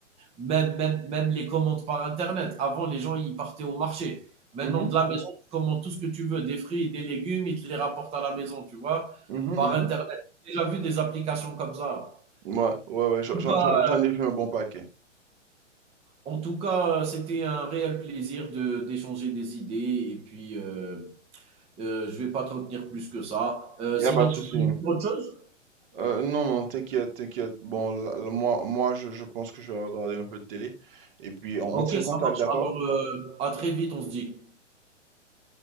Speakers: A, on the right; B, on the right.
A: même même même les commandes par internet. Avant, les gens, ils partaient au marché. Maintenant,
B: mhm,
A: de la maison, tu commandes tout ce que tu veux, des fruits des légumes, ils te les rapportent à la maison, tu vois?
B: mhm, mhm.
A: Par internet. J'ai déjà vu des applications comme ça.
B: Ouais, ouais, ouais, j'en
A: En
B: j'en-
A: tout cas
B: j'en- j'en ai vu un bon paquet.
A: en tout cas, c'était un réel plaisir de d'échanger des idées et puis, heu Euh, je vais pas te retenir plus que ça. Euh,
B: Il
A: sinon,
B: a pas de
A: tu
B: souci.
A: veux dire autre chose?
B: Euh, non, non, t'inquiète, t'inquiète. Bon, là, là, moi, moi je, je pense que je vais regarder un peu de télé. Et puis, on,
A: Ok,
B: on tient contact,
A: ça marche.
B: d'accord?
A: Alors, euh, à très vite, on se dit.